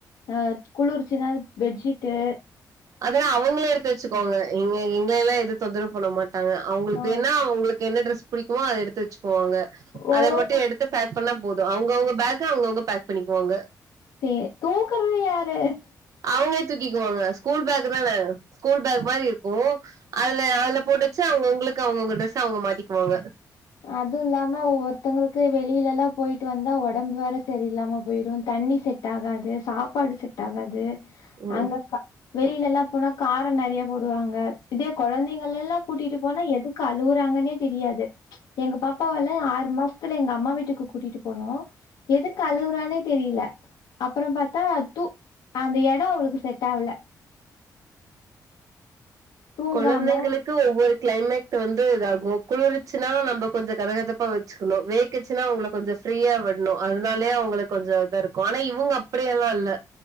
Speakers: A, on the left; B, on the right.
A: அ குளிர்ச்சின்னா அது பெட்ஜிட்டு
B: அதெல்லா அவங்களே எடுத்து வச்சுக்கோங்க இங்க எங்கள எல்லா எதுவு தொந்தரவு பண்ண மாட் ட்டாங்க அவுங்களுக்கு
A: ஆ
B: வேணா அவுங்களுக்கு என்ன டிரஸ் புடிக்குமோ அத எடுத்து வச்சுக்குவாங்க
A: ஒவ்வொரு
B: அத மட்டு எடுத் பேக் பண்ணா போது அவுங்க அவுங்க பேக்க அவுங்க அவுங்க பேக் பண்ணிக்குவாங்க
A: சே தூக்கறது யாரு
B: அவங்களே தூக்கிக்குவாங்க ஸ்கூல் பேக் தான ஸ்கூல் பேக் மாரி இருக் கு அல அல போட்டு வச்சி அவங்க உங்களுக்கு அவுங்க அவுங்க டிரரெஸ் அவுங்க மாட்டிக்குவாங்க
A: அதுவு இல்லாம ஒருத்தங்களுக்கு வெளியில எல்லா போயிட்டு வந்தா ஒடம்பு வேற சரியில்லாம போயிரு தண்ணி செட் செட் ஆகாது சாப்பாடு செட் ஆகாது
B: ம்
A: அங்க வெளியில எல்லா போனா கார நறைய போடுவாங்க இதே கொழந்தைங்க எல்லா கூட்டிட்டு போனா எது க்கு அழுவுறாங்கன்னே தெரியாது எங்க பாப்பாவல்ல ஆறு மாசத்துல எங்க அம்மா வீட்டுக்கு கூட்டிட்டு போனோ எதுக்கு அழுவுறானே தெரில அப்ற பாத்தா தூ அந்த எடோ அவளுக்கு செட் ஆவல தூங்காம
B: கொழந்தைங்களுக்கு ஒவ்வொரு கிளைமேட் வந்து இதாகு குளுருச்சனா நம்ம கொஞ்ச கதகதப்பா ம் வேக்சுன்னா அவங்க கொஞ்ச ஃப்ரீயா விட்ணு அதனாலே அவங்களுக்கு கொஞ்ச தா இருக்கு ஆனா இவங்க அப் அப்டியெல்லா இல்ல